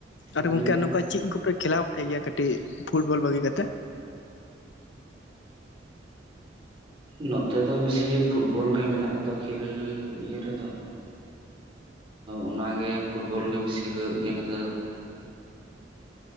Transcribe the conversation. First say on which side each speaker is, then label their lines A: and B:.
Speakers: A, on the left; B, on the right.
A: ᱟᱨ
B: ᱳᱭ
A: ᱜᱚᱝᱠᱮ ᱱᱚᱝᱠᱟ ᱪᱮᱫ ᱠᱚᱯᱮ ᱠᱷᱮᱞᱟᱣ ᱵᱟᱲᱟᱭ ᱜᱮᱭᱟ ᱠᱟᱹᱴᱤᱡ ᱯᱷᱩᱴᱵᱚᱞ ᱵᱟᱹᱜᱤ ᱠᱟᱛᱮᱫ?
B: ᱱᱚᱛᱮ ᱫᱚ ᱵᱮᱥᱤ ᱯᱷᱩᱴᱵᱚᱞ ᱜᱮ ᱢᱮᱱᱟᱜ ᱟᱛᱚ ᱠᱷᱮᱞ ᱤᱭᱟᱹ ᱨᱮᱫᱚ᱾ ᱚᱱᱟᱜᱮ ᱯᱷᱩᱴᱵᱚᱞ ᱜᱮ ᱵᱮᱥᱤ ᱦᱩᱭᱩᱜ ᱜᱮᱭᱟ ᱱᱚᱛᱮ ᱫᱚ᱾